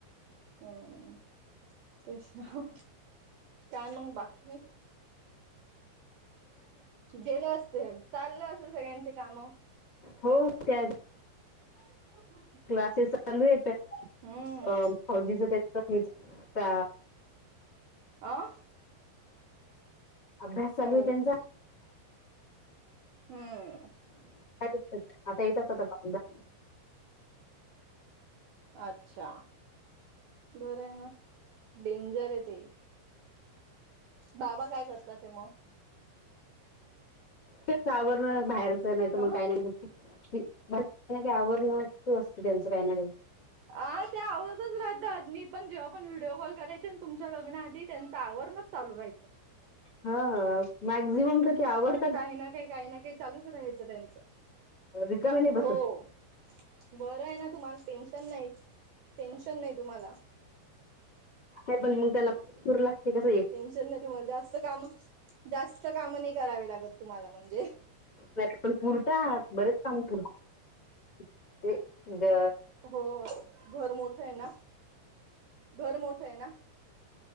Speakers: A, on the right (about 70°); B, on the left (about 30°).
A: हम्म तेच ना हो. काय मग बाकी गेलं असते चाललं असेल सकगळ्यांच कामं.
B: हो त्या
A: <unintelligible>
B: क्लासेस चालू आहे
A: हम्म
B: <inaudible> अ फौजीचा त्याच त्या
A: आं
B: अभ्यास चालू
A: हो
B: आहे त्यांचा.
A: हम्म.
B: <unintelligible>
A: अच्छा, बरं आहे मग. डेंजर आहे ते. बाबा काय करतात आहे मग?
B: तेच आवरण बाहेरचं नाही तर
A: ह
B: मग काही नाही <unintelligible> आवरलं न असते त्यांचं काही ना काही.
A: हा ते आवरतच राहतात मी पण जेव्हा विडिओ कॉल करायचे तुमच्या लग्ना आधी त्यांचा आवरणं चालू राहायचं.
B: हा मॅक्झिमम तर ते आवड
A: काही ना काही, काही ना काही चालूच राहायचं त्यांचं.
B: रिकामी नाही बसतं.
A: हो बरं आहे ना तुम्हाला टेन्शन नाही, टेन्शन नाही तुम्हाला.
B: ह्या बहिणी <inaudible> तूर लागते कसं एक
A: चन मध्ये जास्त कामं जास्त कामं नाही करावे लागत तुम्हाला म्हणजे.
B: नाही पण पुरता बरेच कामं पुर <inaudible> ते ज
A: हो घर मोठं आहे ना, घर मोठं आहे ना.